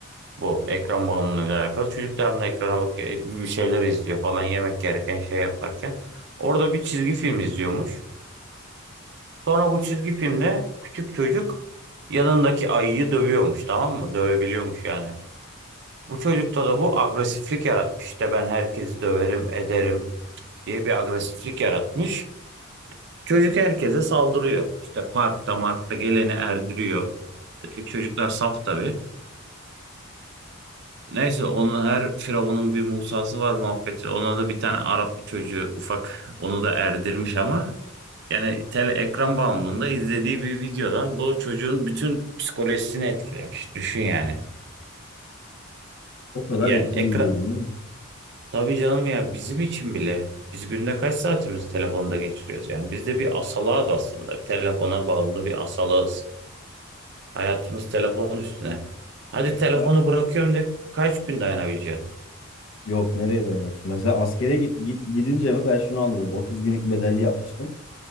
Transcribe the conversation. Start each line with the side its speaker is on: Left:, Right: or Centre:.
Right: Bu ekran bağımlılığıyla alakalı. Çocuk devamlı ekrana bakıyor, bir şeyler izliyor falan yemek yerken şey yaparken. Orada bir çizgi film izliyormuş. Sonra bu çizgi filmde küçük çocuk yanındaki ayıyı dövüyormuş tamam mı? Dövebiliyormuş yani. Bu çocukta da bu agresiflik yaratmış. İşte ben herkesi döverim, ederim diye bir agresiflik yaratmış. Çocuk herkese saldırıyor. İşte parkta markta geleni erdiriyor. Öteki çocuklar saf tabii. Neyse onun her firavunun bir Musa'sı var muhabbeti. Ona da bir tane Arap bir çocuğu ufak onu da erdirmiş ama yani tele ekran bağımlılığında izlediği bir videodan bu çocuğun bütün psikolojisini etkilemiş. Düşün yani.
Left: O kadar
Right: Yani
Left: etkili
Right: ekran
Left: bir durum değil mi?
Right: tabii canım ya bizim için bile biz günde kaç saatimizi telefonda geçiriyoruz yani. Biz de bir asalağız aslında. Telefona bağımlı bir asalağız. Hayatımız telefon üstüne. Hadi
Left: Mesela
Right: telefonu bırakıyorum de kaç gün dayanabileceğim?
Left: yok nereye dayanıyorsun? Mesela askere git, git- gidince mi ben şunu anladım. 30 günlük bedelli yapmıştım.